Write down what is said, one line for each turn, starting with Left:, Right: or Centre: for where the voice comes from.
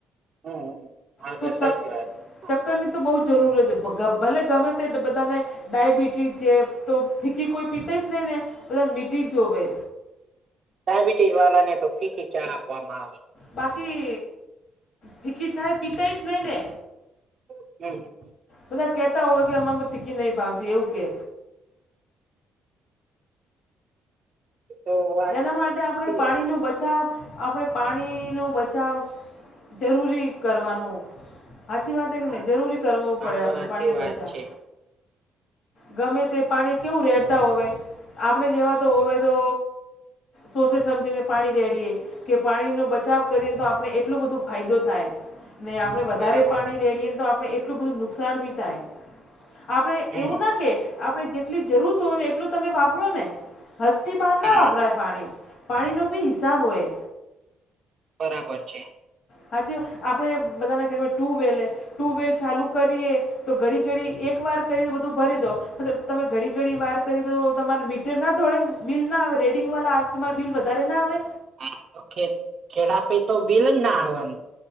Right: હમ્મ, હા
Left: તો
Right: તે સાચી
Left: ચક
Right: વાત. હા
Left: ચક્કરની તો બોજ જરૂર જરુર પગ ભલે ગમે તે બધાને ડાયબિટીઝ જે તો ફીકી કોઈ પીતે જ નય ને, બધાન મીઠી જ જોવે.
Right: ડાયાબિટીસ વાલા ને તો ફીકી જ ચા આપવામાં આવે.
Left: બાકી ફીકી ચાય પીતૈ જ નય ને.
Right: <unintelligible>
Left: બધા કેતા હોવે કે અમાંન ફીકી નય ભાવતી એવું કે.
Right: તો વાત
Left: એના માટે આપણે
Right: છે
Left: પાણીનો બચાવ આપળે પાણીનો બચાવ જરૂરી કરવાનો. હાચી વાત એ નય
Right: હા
Left: જરૂરી કરવું પડે
Right: આ
Left: આપણે
Right: તો સાચી
Left: પાણી નું
Right: વાત
Left: બચાવ.
Right: છે
Left: ગમે તે પાણી કેવું રેડતા હોવે આપણે જેવા તો હોવે તો સોચી સમજીને પાણી રેડીએ કે પાણીનું બચાવ કરીએને તો આપણે એટલું બધું ફાયદો થાય ને આ પણે વધારે
Right: બરાબર
Left: પાણી રેડીએ તો આપણે એટલું બધું નુકસાન બી થાય. આપણે
Right: હમ
Left: એવું ના કે આપણે જેટલી જરૂત તો એ એટલું તમે વાપરો ને હદથી બહાર ના
Right: હા
Left: વાપરાય પાણી. પાણી નો બી હિસાબ હોય.
Right: બરાબર છે.
Left: હાચીવ આપળે બધાના ઘરમાં ટુ વેલ લે ટુ વેલ ચાલુ કરીએ તો ઘડી ઘડી એક વાર કરી ને બધું ભરી દો મતલબ તમે ઘડી ઘડી વાર કરી દો તમારે મી તરના થોળે, બિલ ના આવે, રેડિંગવાળા આવ તો તમારે બિલ વધારે ના આવે?
Right: હા તો ખેડ ખેડાપિ તો બિલ જ ના આવાનું